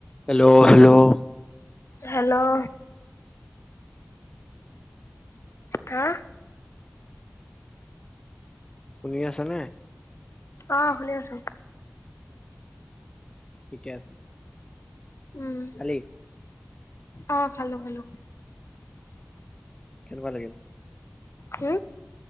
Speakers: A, on the left; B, on the left.
A: Hello hello
B: hello হা
A: শুনি আছা নে?
B: অঁ শুনি আছোঁ।
A: ঠিকে আছে
B: উম
A: খালি
B: আহ খালোঁ খালোঁ
A: কেনেকুৱা লাগিল
B: হা